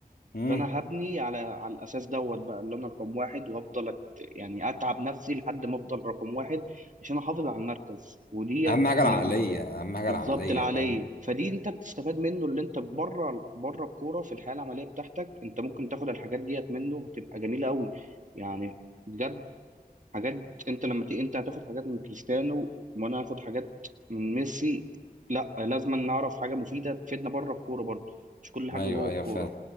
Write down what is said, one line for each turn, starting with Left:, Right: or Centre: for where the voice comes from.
Left: امم
Right: فانا هبني على على الاساس دوت بقى اللي انا رقم واحد وهفضل أت... يعني اتعب نفسي لحد ما افضل رقم واحد عشان احافظ على المركز وديت
Left: اهم حاجة
Right: من
Left: العقلية اهم حاجة
Right: بالظبط
Left: العقلية
Right: العاليه
Left: فاهم
Right: فدي انت بتستفاد منه اللي انت بره بره الكوره في الحياه العمليه بتاعتك انت ممكن تاخد الحاجات ديت منه هتبقى جميله قوي يعني بجد حاجات انت لما تيجي انت هتاخد حاجات من كريستيانو وانا هاخد حاجات من ميسي لا لازم نعرف حاجه مفيده تفيدنا بره الكوره برضه مش كل حاجه
Left: ايوه
Right: جوه
Left: ايوه
Right: الكوره
Left: فاهم